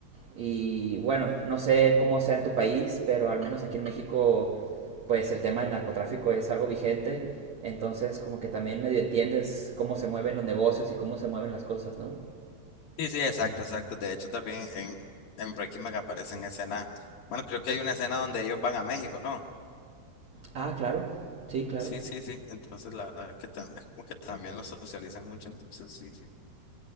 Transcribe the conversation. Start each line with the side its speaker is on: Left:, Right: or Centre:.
Right: Y bueno, no sé cómo sea en tu país, pero al menos aquí en México, pues el tema del narcotráfico es algo vigente. Entonces, como que también medio entiendes cómo se mueven los negocios y cómo se mueven las cosas, ¿no?
Left: Sí, sí, exacto, exacto. De hecho, también en, en Breaking Bad aparecen escenas. Bueno, creo que hay una escena donde ellos van a México, ¿no?
Right: Ah, claro. Sí, claro.
Left: Sí, sí, sí. Entonces, la verdad es que, tam- es como que también los socializan mucho. Entonces, sí, sí.